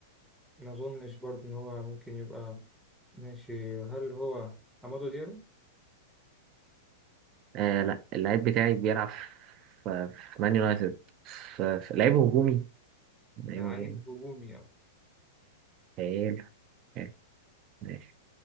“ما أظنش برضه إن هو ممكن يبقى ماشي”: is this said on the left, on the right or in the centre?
Centre